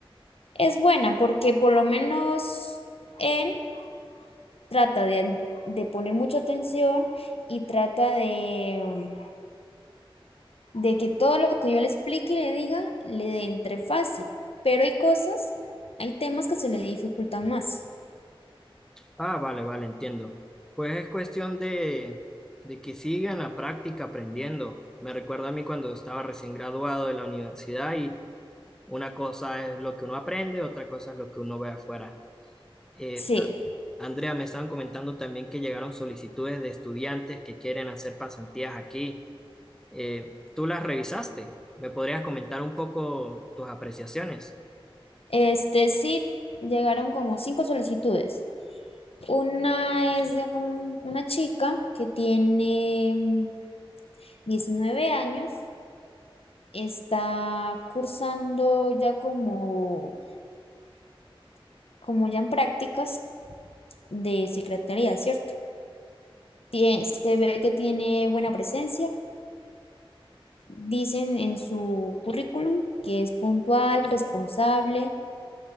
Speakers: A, on the left; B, in the centre.
A: Es buena porque por lo menos él trata de, de poner mucha atención y trata de, mm, de que todo lo que yo le explique y le diga le entre fácil. Pero hay cosas, hay temas que se le dificultan más.
B: Ah, vale, vale, entiendo. Pues es cuestión de, de que sigan la práctica aprendiendo. Me recuerda a mí cuando estaba recién graduado de la universidad y una cosa es lo que uno aprende, otra cosa es lo que uno ve afuera. Eh,
A: Sí,
B: Andrea, me estaban comentando también que llegaron solicitudes de estudiantes que quieren hacer pasantías aquí. Eh, ¿tú las revisaste? ¿Me podrías comentar un poco tus apreciaciones?
A: este sí llegaron como cinco solicitudes. Una es de un- una chica que tiene mm, 19 años, está cursando ya como como ya en prácticas de secretaría, ¿cierto? Tie- se ve que tiene buena presencia. Dicen en su currículum que es puntual, responsable,